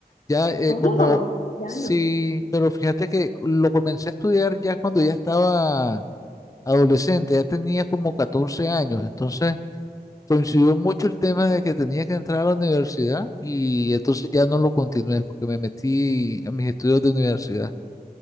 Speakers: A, on the left; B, on the left.
A: Ya eh,
B: Oh,
A: como,
B: ya
A: sí,
B: no.
A: pero fíjate que lo comencé a estudiar ya cuando ya estaba adolescente, ya tenía como 14 años, entonces coincidió mucho el tema de que tenía que entrar a la universidad y entonces ya no lo continué porque me metí a mis estudios de universidad.